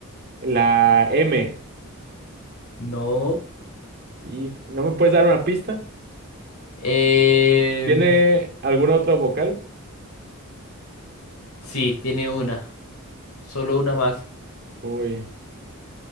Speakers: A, on the right; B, on the left.
A: La M.
B: No.
A: ¿Y no me puedes dar una pista?
B: em,
A: ¿Tiene alguna otra vocal?
B: sí, tiene una. Solo una más.
A: Uy.